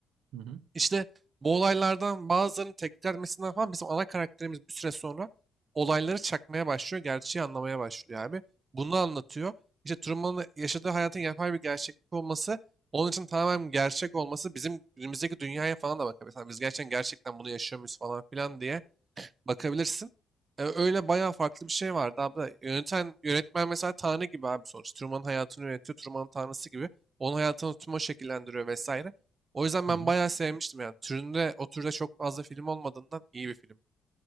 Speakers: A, on the right; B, on the right.
A: hı hı.
B: işte bu olaylardan bazılarının tekrarmesinden falan bizim ana karakterimiz bir süre sonra olayları çakmaya başlıyor, gerçeği anlamaya başlıyor abi. Bunu anlatıyor. İşte Truman'ın yaşadığı hayatın yapay bir gerçeklik olması, onun için tamamen gerçek olması bizim günümüzdeki dünyaya falan da bakıyor. Mesela biz gerçekten gerçekten bunu yaşıyor muyuz falan filan diye bakabilirsin. E, öyle bayağı farklı bir şey vardı abi. Yöneten, yönetmen mesela Tanrı gibi abi sonuç. Truman'ın hayatını yönetiyor. Truman'ın Tanrısı gibi. Onun hayatını Truman şekillendiriyor vesaire. O yüzden ben
A: hı.
B: bayağı sevmiştim yani. Türünde, o türde çok fazla film olmadığından iyi bir film.